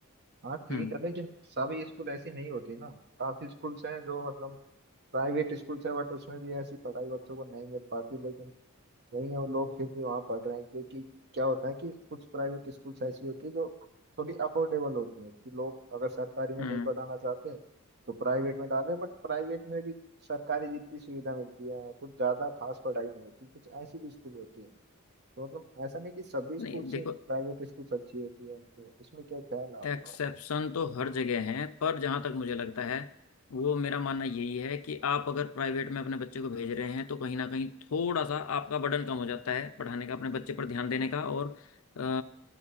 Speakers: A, on the right; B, on the left.
A: हाँ ठीक
B: हम्म
A: है लेकिन सभी स्कूल ऐसी नहीं होती ना काफी स्कूल्स हैं जो मतलब प्राइवेट स्कूल्स है बट उसमें भी ऐसी पढ़ाई बच्चों को नहीं मिल पाती लेकिन नहीं हम लोग फिर भी वहाँ पढ़ रहे हैं क्योंकि क्या होता है कि कुछ प्राइवेट स्कूल्स ऐसी होती है जो थोड़ी अफोर्डेबल होती है कि लोग अगर सरकारी में
B: हम्म
A: नहीं पढ़ाना चाहते तो प्राइवेट में डाल रहे हैं बट प्राइवेट में भी सरकारी जितनी सुविधा मिलती है कुछ ज़्यादा खास पढ़ाई नहीं होती कुछ ऐसी भी स्कूल होती है तो मतलब ऐसा नहीं कि सभी स्कूल
B: नहीं देखो
A: से प्राइवेट स्कूल्स अच्छी होती है तो इसमें क्या ख्याल है आपका
B: एक्सेप्शन तो हर जगह है पर जहाँ तक मुझे लगता है वो मेरा मानना यही है कि आप अगर प्राइवेट में अपने बच्चे को भेज रहे हैं तो कहीं ना कहीं थोड़ा सा आपका बर्डन कम हो जाता है पढ़ाने का अपने बच्चे पर ध्यान देने का और अ,